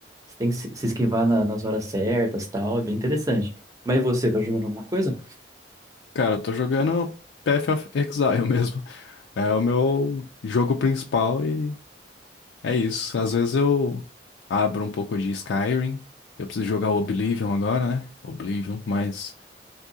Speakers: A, on the right; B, on the left.
A: Você tem que se se esquivar na- nas horas certas, tal, é bem interessante. Mas e você, tá jogando alguma coisa?
B: Cara, eu tô jogando Path of Exile <laughs> mesmo. É o meu jogo principal e é isso. Às vezes eu abro um pouco de Skyrim. Eu preciso jogar o Oblivion agora, né? Oblivion, mas